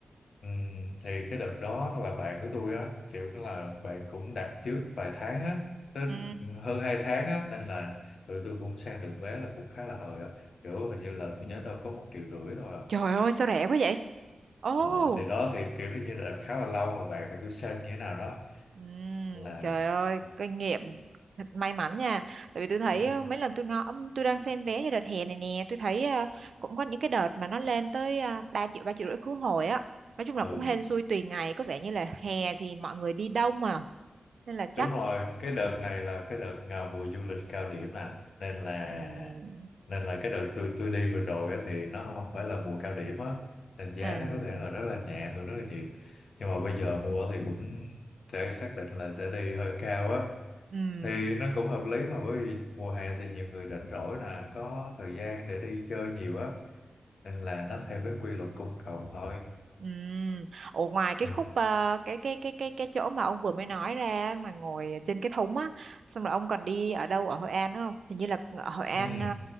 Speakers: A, on the left (about 75°); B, on the right (about 75°).
A: ừm, thì cái đợt đó là bạn của tôi á kiểu là bạn cũng đặt trước vài tháng á tới
B: Ừ.
A: hơn hai tháng á nên là tụi tôi cũng sang được vé là cũng khá là hời á kiểu hình như là tôi nhớ đâu có một triệu rưỡi thôi à
B: Trời ơi sao rẻ quá vậy? Ồ.
A: Ờ, thì đó thì kiểu như là khá là lâu rồi bạn cứ xem như thế nào đó
B: Ừm,
A: là
B: trời ơi
A: ừ,
B: kinh nghiệm thật may mắn nha tại vì tôi thấy
A: ừ
B: ờ, mấy lần tôi ngó tôi đang xem vé cho đợt hè này nè tôi thấy ờ, cũng có những cái đợt mà nó lên tới uh, 3 triệu ba triệu rưỡi khứ hồi á nói chung là
A: ừ,
B: cũng hên xui tùy ngày có vẻ như là hè thì mọi người đi đông mà nên là chắc
A: đúng rồi cái đợt này là cái đợt à, mùa du lịch cao điểm nè nên là
B: ừm,
A: nên là cái đợt tôi tôi đi vừa rồi á, thì nó không phải là mùa cao điểm á nên giá
B: à,
A: nó có thể là rất là nhẹ hơn rất là nhiều nhưng mà bây giờ mua thì cũng sẽ xác định là sẽ đi hơi cao á
B: ừm,
A: thì nó cũng hợp lý mà bởi vì mùa hè thì nhiều người rảnh rỗi nè có thời gian để đi chơi nhiều á nên là nó theo cái quy luật cung cầu thôi
B: Ừm, Ủa ngoài cái
A: ừ.
B: khúc ờ, cái cái cái cái cái chỗ mà ông vừa mới nói ra mà ngồi trên cái thúng á, xong rồi ông còn đi ở đâu ở Hội An đúng không? Hình như là ở Hội An
A: Ừ.
B: ờ,